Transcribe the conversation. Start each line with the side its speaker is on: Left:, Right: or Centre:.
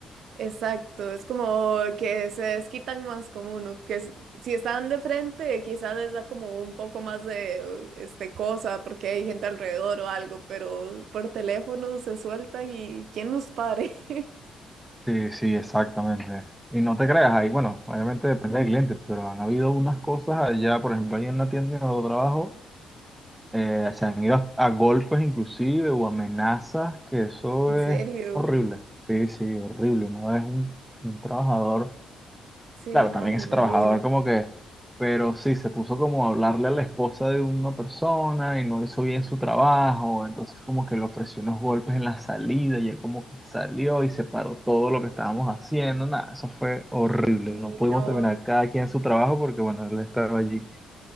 Right: Exacto, es como que se desquitan más con uno, que s- si están de frente quizás les da como un poco más de este cosa porque hay gente alrededor o algo, pero por teléfono se sueltan y ¿quién los pare? <laughs>
Centre: Sí, sí, exactamente. Y no te creas, ahí, bueno, obviamente depende del cliente, pero han habido unas cosas allá, por ejemplo, ahí en la tienda en donde trabajo, eh, se han ido a, a golpes inclusive o amenazas, que eso
Right: En
Centre: es
Right: serio,
Centre: horrible. Sí, sí, horrible. Uno es un, un trabajador
Right: sí,
Centre: Claro,
Right: no,
Centre: también
Right: me
Centre: ese
Right: imagino.
Centre: trabajador como que, pero sí, se puso como a hablarle a la esposa de una persona y no hizo bien su trabajo, entonces como que le ofreció unos golpes en la salida y él como que salió y se paró todo lo que estábamos haciendo, nada, eso fue horrible,
Right: Sí,
Centre: no pudimos
Right: No,
Centre: terminar cada quien su trabajo porque bueno, él estaba allí.